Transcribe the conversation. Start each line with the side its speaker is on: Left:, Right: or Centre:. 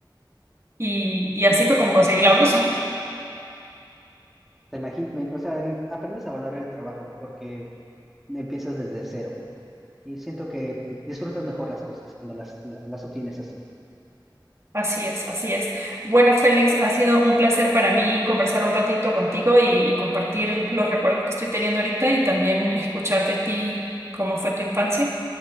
Right: Y, y así fue como conseguí la blusa.
Centre: Te imagi- me- o sea, aprendes a valorar el trabajo porque empiezas desde cero y siento que disfrutas mejor las cosas cuando las, la- las obtienes así.
Right: Así es, así es. Bueno, Félix, ha sido un placer para mí conversar un ratito contigo y, y compartir los recuerdos que estoy teniendo ahorita y también escuchar de ti cómo fue tu infancia.